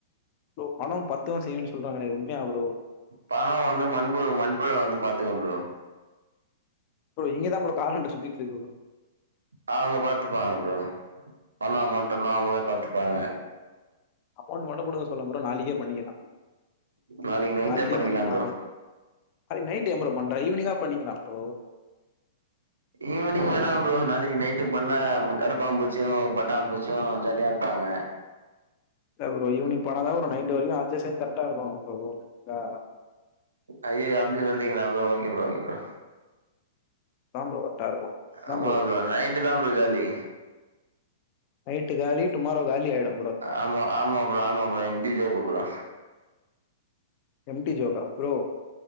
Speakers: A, on the left; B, on the right.
A: பணோ பத்து செய்யுன்னு சொல்றாங்களே உண்மையா ப்ரோ
B: பணோ வந்து மண்புழு மண்புழு வந்து பாத்துக்கு ப்ரோ
A: ப்ரோ இங்கதா ப்ரோ காமன்ட்ட சுத்திட்ருக்கு ப்ரோ
B: அவுங்க பாத்துப்பாங்க ப்ரோ பணோ அமோண்ட்டல்லா அவுங்களே பாத்துப்பாங்க
A: அமோண்ட் மட்டு குடுக்க சொல்லே ப்ரோ நாளைக்கே பண்ணிக்கலா
B: நாளைக்கு நைட்டே
A: நாளைக்கே
B: பண்ணிக்கலா
A: பண்ணி நா
B: ப்ரோ
A: அது நைட்டு ஏ ப்ரோ பண்ற ஈவினிங்கா பண்ணிக்கலா ப்ரோ
B: ஈவினிங் வேணா ப்ரோ நாளைக்கு நைட்டு பண்ணா கரப்பாம்பூச்சுயு பட்டாம்பூச்சுயு ஜாலியா இருப்பாங்க
A: இல்ல ப்ரோ ஈவினிங் பண்ணாதா ஒரு நைட்டு வரைக்கு அட்ஜஸ் ஆயி கரெக்டா இருப்பாங்க ப்ரோ ஆ
B: ஐய்யய்யோ அப்டி சொல்றீங்களா bro okay bro okay bro
A: ஆம் ப்ரோ கரெக்டா இருக்கும் அதான்
B: ஆமா
A: பண்ணும்
B: ப்ரோ நைட்டு தா ப்ரோ ஜாலி
A: நைட்டு காலி டுமாரோ காலி ஆயிடு
B: ஆமா ஆமா ‌ப்ரோ ஆமா‌ bro empty job bro
A: empty ஜோக்கா ப்ரோ